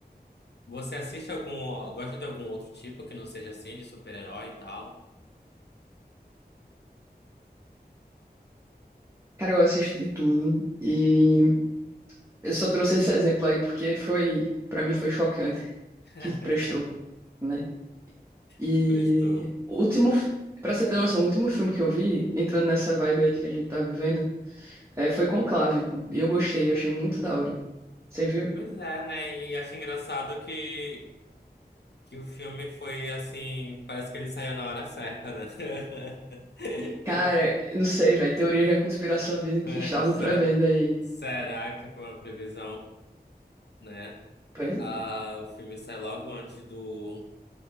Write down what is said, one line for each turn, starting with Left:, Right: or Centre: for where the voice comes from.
Left: Você assiste algum, gosta de algum outro tipo que não seja assim, de super-herói e tal?
Right: Cara, eu assisto de tudo e eu só trouxe esse exemplo aí porque foi, pra mim foi chocante
Left: <laughs>
Right: que prestou, né? E
Left: Que prestou.
Right: o último, fi- pra você ter noção, o último filme que eu vi, entrando nessa vibe aí que a gente tá vivendo, é, foi Conclave, pô. E eu gostei, eu achei muito da hora. Você viu?
Left: Pois é, né? E acho engraçado que, que o filme foi assim, parece que ele saiu na hora certa, né? <laughs>
Right: Cara, eu não sei, velho, teorias da conspiração dizem
Left: É,
Right: que estavam
Left: Se-
Right: prevendo aí.
Left: Será que foi uma previsão, né?
Right: Pois,
Left: Ah, o filme sai logo antes do,